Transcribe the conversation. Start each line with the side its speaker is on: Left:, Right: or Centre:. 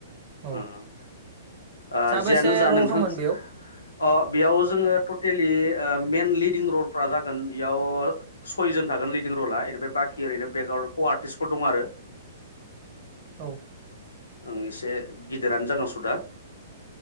Right: औ
Left: उम उम ओ
Right: साबेसे
Left: जियानो जा
Right: रल
Left: नोंथां
Right: खालामोन बेयाव
Left: ओ बेयाव जोङो टटेलि ओ मेन लिडिं रलफ्रा जागोन बेयाव सयजन थागोन लिडिं रला एनेफाय बाखि ओरैनो बेकग्राउन्ड क आर्टिस्टफोर दं आरो
Right: औ।
Left: आं इसे गिदिरानो जागोन सदा।